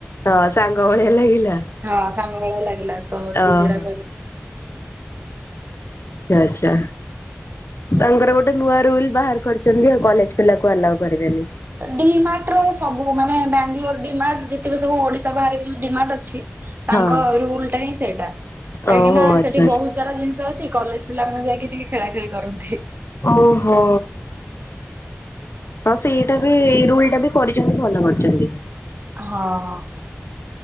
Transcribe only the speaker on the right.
ହଁ ସାଙ୍ଗ ଭଳିଆ ଲାଗିଲା ତ
ସିଏ ସେଇଟା କହିଲେ।
ଡି ମାର୍ଟ ର ସବୁ ମାନେ ବାଙ୍ଗାଲୋର ଡିମାର୍ଟ ଯେତିକି ସବୁ ଓଡ଼ିଶା ବାହାରେ ଯୋଉ ଡିମାର୍ଟ ଅଛି। ତାଙ୍କ
ରୁଲ୍ ଟା ହିଁ ସେଇଟା କାହିଁକିନା
ସେଠି ବହୁତ୍ ସାରା ଜିନିଷ ଅଛି କଲେଜ ପିଲାମାନେ ଯାଇକି ଟିକେ ଖେଳା ଖେଳି କରନ୍ତି।
ହଁ,